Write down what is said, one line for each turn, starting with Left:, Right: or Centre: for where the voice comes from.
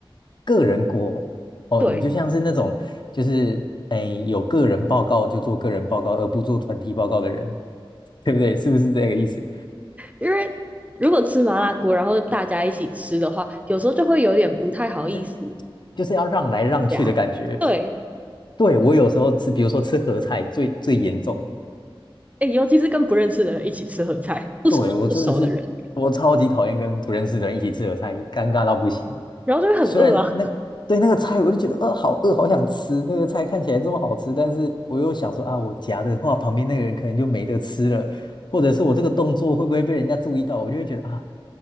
Left: 个人锅哦，
Right: 对，
Left: 你就像是那种就是哎有个人报告就做个人报告，而不做团体报告的人，对不对？是不是这个意思？
Right: 因为如果吃麻辣锅，然后大家一起吃的话，有时候就会有点不太好意思
Left: 那就是要让来让去的感觉。
Right: 夹。对，
Left: 对，我有时候吃，比如说吃合菜最最严重，
Right: 哎，尤其是跟不认识的人一起吃合菜，不熟不熟的人，
Left: 对，我真的是我超级讨厌跟不认识的人一起吃合菜，尴尬到不行。
Right: 然后就会很饿啊，
Left: 虽然那对那个菜，我就觉得呃好饿，好想吃那个菜，看起来这么好吃，但是我又想说啊，我夹的话，旁边那个人可能就没得吃了，或者是我这个动作会不会被人家注意到，我就会觉得啊，